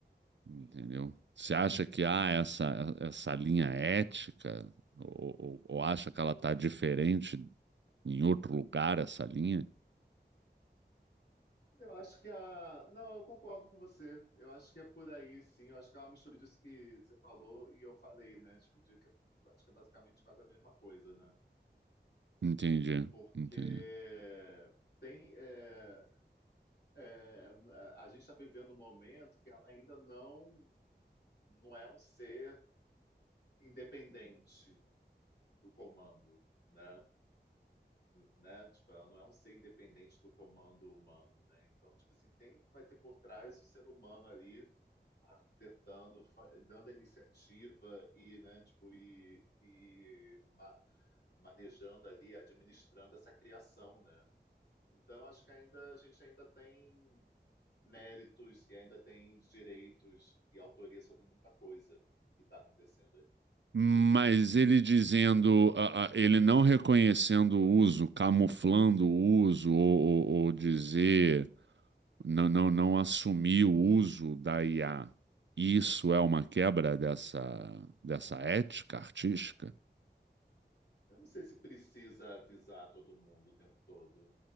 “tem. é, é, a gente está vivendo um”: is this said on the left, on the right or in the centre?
Left